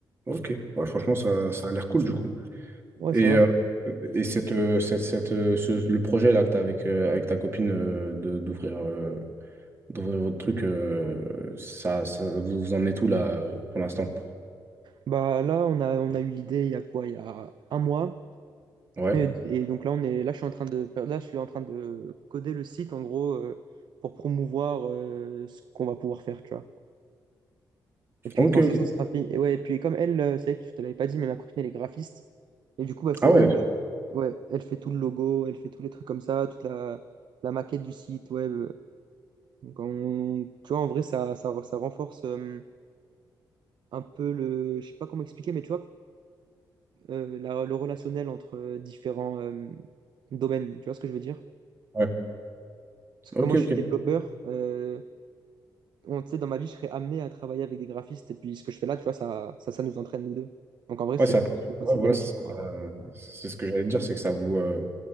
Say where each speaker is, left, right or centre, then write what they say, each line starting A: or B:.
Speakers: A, on the right; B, on the right.
A: Ok. Ouais, franchement, ça, ça a l'air cool, du coup.
B: ouais,
A: Et,
B: ça va.
A: euh, et cette, euh, cette, cette, euh, ce- le projet là que tu as avec, euh, avec ta copine euh, de, d'ouvrir euh, d'ouvrir votre truc, euh, ça, ça, vous, vous en êtes où là euh, pour l'instant?
B: Bah là, on a, on a eu l'idée il y a quoi? Il y a un mois.
A: Ouais.
B: Et, et donc là, on est, là, je suis en train de, là, je suis en train de coder le site en gros euh, pour promouvoir euh, ce qu'on va pouvoir faire, tu vois. Et puis
A: Ok,
B: quand ça,
A: ok.
B: ça sera fini. Et ouais, et puis comme elle, euh, c'est vrai que je te l'avais pas dit, mais ma copine, elle est graphiste. Et du coup, bah, c'est
A: Ah
B: elle,
A: ouais.
B: euh, ouais, elle fait tout le logo, elle fait tous les trucs comme ça, toute la, la maquette du site web. Donc on- tu vois, en vrai, ça, ça, ça renforce euh, un peu le, je sais pas comment expliquer, mais tu vois, euh, la- le relationnel entre euh, différents euh, domaines. Tu vois ce que je veux dire?
A: Ouais.
B: Parce que
A: Ok,
B: comme moi,
A: ok.
B: je suis développeur, euh, on, tu sais, dans ma vie, je serais amené à travailler avec des graphistes. Et puis ce que je fais là, tu vois, ça, ça, ça nous entraîne nous deux. Donc en vrai, c'est
A: Ouais, ça, te-
B: enfin,
A: ouais,
B: c'est
A: voilà,
B: bénéfique,
A: c'est ça,
B: quoi.
A: euh, c'est ce que j'allais te dire, c'est que ça vous, euh,